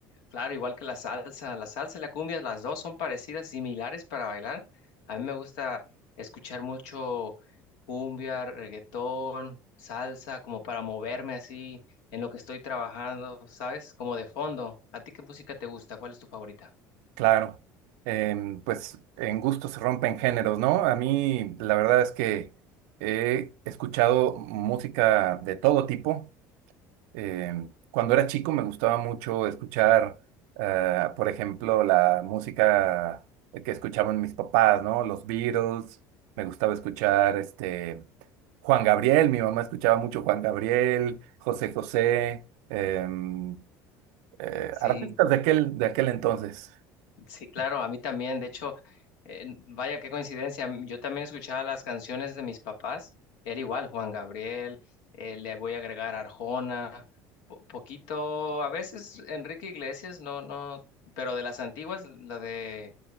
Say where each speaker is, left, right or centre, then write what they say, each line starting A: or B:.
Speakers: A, on the left; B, on the right.
A: claro, igual que la salsa, la salsa y la cumbia, las dos son parecidas, similares para bailar. A mí me gusta escuchar mucho cumbia, reggaetón, salsa, como para moverme así en lo que estoy trabajando, ¿sabes? Como de fondo. ¿A ti qué música te gusta? ¿Cuál es tu favorita?
B: Claro. Em, pues en gustos se rompen géneros, ¿no? A mí la verdad es que he escuchado música de todo tipo. Eh, cuando era chico me gustaba mucho escuchar, ah, por ejemplo, la música que escuchaban mis papás, ¿no? Los Beatles, me gustaba escuchar
A: Sí.
B: este Juan Gabriel, mi mamá escuchaba mucho Juan Gabriel, José José, em, eh,
A: Sí.
B: artistas de aquel, de aquel entonces,
A: Sí, claro, a mí también. De hecho, eh, vaya, qué coincidencia. m- Yo también escuchaba las canciones de mis papás. Era igual, Juan Gabriel, eh, le voy a agregar Arjona, po- poquito, a veces Enrique Iglesias, no, no, pero de las antiguas, la de,